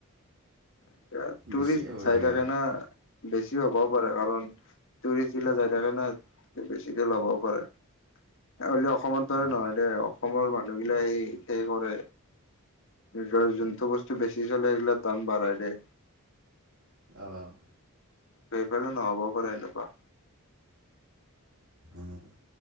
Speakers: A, on the left (about 60°); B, on the right (about 70°).
A: এতিয়া টুৰিষ্ট
B: বেছিয়ে হ'ব
A: চাই
B: চাগে
A: থাকে
B: ভাল।
A: না বেছি হ'বও পাৰে। কাৰণ টুৰিষ্টি বিলাক যায় থাকে না বেছিকে ল'বও পাৰে। হলেও অসমত
B: অঁ
A: দৰে নহয় দেই অসমৰ মানুহবিলাক সেই কৰে। নিজৰ যোনটো বস্তু বেছি চলে এইগিলাক দাম বাঢ়াই দিয়ে।
B: অঁ
A: সেইফালে‌ নহ'বও পাৰে এনেকুৱা।
B: উম